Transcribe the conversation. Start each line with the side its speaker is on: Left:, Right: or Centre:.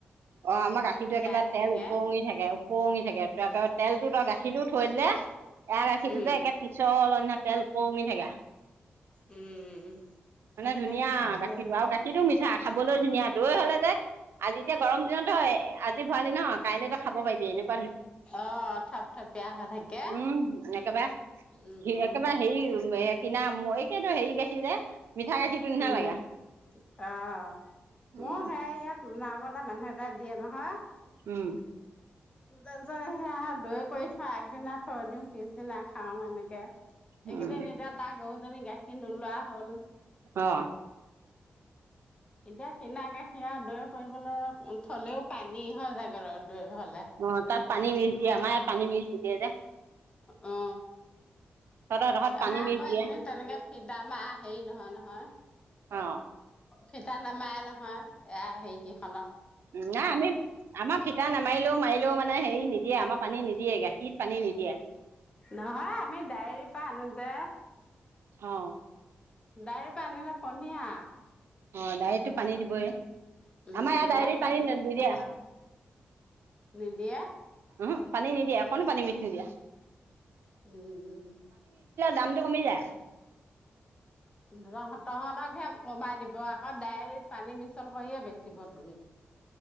Right: অ আমাৰ গাখীৰটো একোৰে
Left: জাৰ্চি
Right: তেল
Left: গাই।
Right: ওপঙি থাকে উপঙি থাকে ত একেবাৰে তেল তোৰ গাখীৰটো থৈ দিলে এৰা ৰাখিছো
Left: উম,
Right: যে একে পিছল নিচিনা তেল উপঙি থাকে
Left: উম, উম, সেইটো
Right: মানে ধুনীয়া
Left: গাখীৰ ভালেই
Right: গাখীৰটো আৰু গাখীৰটো মিঠ পিঠা খাবলৈ ধুনীয়া দৈ হলে যে আজিতে গৰম এদিনতেই হই‌ আজি ভৰালি ন? কাইলৈ তই খাব পাৰিবি এনেও
Left: অ থপ থপিয়া থাকে
Right: উম একেবাৰে
Left: উম
Right: একেবাৰে হেৰি উম এ কিনা মই কি হেৰি গাখীৰ যে, মিঠা গাখীৰটো নিচিনা
Left: উম
Right: লাগে।
Left: আহ
Right: উম
Left: মোৰ সে ইয়াত নাও কটা মানুহ এটা দিয়ে নহয়
Right: উম
Left: তাৰপিছত সেই আ দৈ কৰি থওঁ আগদিনা থৈ দিওঁ পিছদিনা খাওঁ এনেকে এইকেইদিন
Right: উম
Left: এতিয়া তাক গৰুজনী গাই নোলোৱা হ'ল
Right: অ
Left: এতিয়া কিনা গাখী আ দৈ কৰিবলৈ থলেও পানী হৈ যায়গৈ দৈ হলে।
Right: অ তাত পানী মিছ দিয়ে আমাৰ ইয়াত পানী মিছ নি দিয়ে যে-
Left: অ
Right: তহঁতৰ এডোখৰত
Left: আমা
Right: পানী মিক্স
Left: আকৌ সেইখিনি
Right: দিয়ে
Left: তাৰ মানে ফি আমাৰ হেৰি নহয় নহয়
Right: অ
Left: ফিতা নমাৰে নহয় হেৰিকেইখনত
Right: উ নাই আমি আমাৰ ফিতা নামাৰিলেও মাৰিলেও মানে হেৰি নিদিয়ে আমাৰ পানী নিদিয়ে গাখীত পানী নিদিয়ে,
Left: নহয় আমি ডায়েৰীৰ পৰা আনো যে
Right: অ
Left: ডাইৰ‌‌ পৰা আনিলে পনীয়া
Right: অ ডাইটো পানী দিবইয়ে,
Left: উম,
Right: আমাৰ ইয়াত
Left: ইমান
Right: ডাইৰিতপানী
Left: ডাঠ
Right: নিদিয়ে।
Left: গাখীৰ নাপাওঁ নিদিয়ে
Right: উম পানি নিদিয়া অকণো পানী মিকচ নিদিয়া
Left: উম উম, উম উম।
Right: দামটো কমি যায়।
Left: পোন্ধৰশ। তহঁতক হে কমাই দিব আকৌ। ডাইৰেক্ট পানী মিছল কৰিয়ে বেচিব তোন।